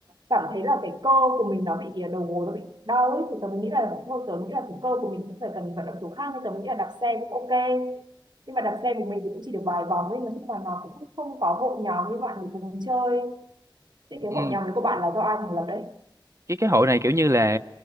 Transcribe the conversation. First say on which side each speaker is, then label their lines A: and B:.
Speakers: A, on the right; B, on the right.
A: cảm thấy là cái cơ của mình nó bị ờ, đầu gối nó bị đau ấy thì tớ mới nghĩ là thôi tớ nghĩ là cái cơ của mình cũng phải cần vận động kiểu khác nên tớ mới nghĩ là đạp xe cũng ok nhưng mà đạp xe của mình thì cũng chỉ được vài vòng ấy mà nhưng mà nó cũng không có hội nhóm như bạn để cùng chơi thế cái
B: Ừ.
A: hội nhóm đấy của bạn là do ai thành lập đấy
B: cái cái hội này kiểu như là